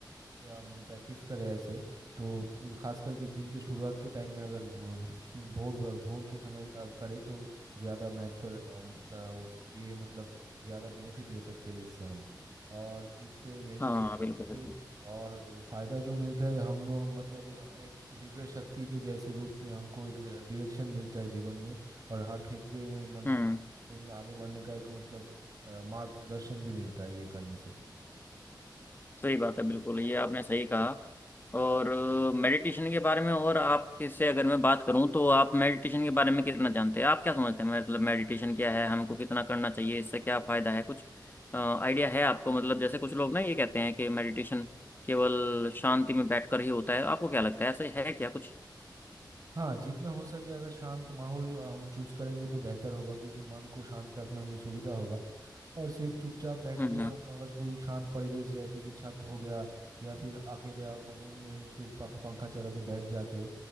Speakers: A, on the right; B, on the left.
A: हम प्रैक्टिस करें ऐसे तो खास करके दिन के शुरुआत के टाइम में अगर वो सु- भोर भोर के समय अ, करें तो ज़्यादा महत्व अम, अ, ये मतलब ज़्यादा बेनिफिट ले सकते हैं इससे हम और इससे मेडिटेशन
B: हाँ
A: करने
B: बिल्कुल बिल्कुल
A: से और फायदा जो मिलता है हम लोग मतलब एक दिव्य शक्ति के जैसे रूप में हमको एक डायरेक्शन मिलता है जीवन में और हर क्षेत्र में मन
B: हम्म
A: जीवन में आगे बढ़ने का एक मतलब अ, मार्गदर्शन भी मिलता है ये करने से
B: सही बात है बिल्कुल ये आपने सही कहा और मेडिटेशन के बारे में और आपके से अगर मैं बात करूं तो आप मेडिटेशन के बारे में कितना जानते हैं आप क्या समझते हैं मतलब मेडिटेशन क्या है हमको कितना करना चाहिए इससे क्या फायदा है कुछ आइडिया है आपको मतलब जैसे कुछ लोग ना ये कहते हैं कि मेडिटेशन केवल शांति में बैठकर ही होता है आपको क्या लगता है ऐसे है क्या कुछ
A: हाँ जितना हो सके अगर शांत माहौल अ, हम चूज करेंगे तो बेहतर होगा क्योंकि मन को शांत रखने में सुविधा होगा और सिर्फ चुपचाप बैठ
B: हम्म
A: के हम अगर कोई शांत परिवेश जैसे कि छत हो गया या फिर अकेले आप रूम में सिर्फ पंखा पंखा चला के बैठ जाते